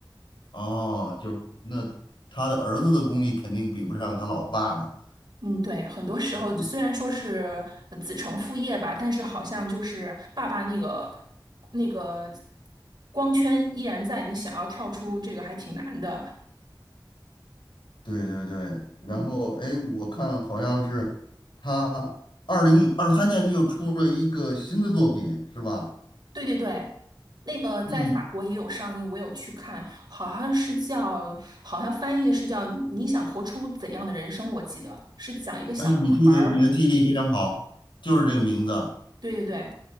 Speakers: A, on the left; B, on the right.
A: 哦，就是那他的儿子的功力肯定比不上他老爸了。
B: 嗯，对，很多时候虽然说是呃子承父业吧，
A: 嗯，
B: 但是好像就是爸爸那个那个光圈依然在，你想要跳出这个还挺难的。
A: 对对对。然后，
B: 嗯。
A: 哎，我看好像是他二零二三年又出了一个新的作品，是吧？
B: 对对对，那个在法国也有上映，
A: 嗯，
B: 我有去看，好像是叫，好像翻译的是叫《你想活出怎样的人生》，我记得是讲一个小男孩儿，
A: 哎，你记得你的记忆力非常好，就是这个名字
B: 对对对，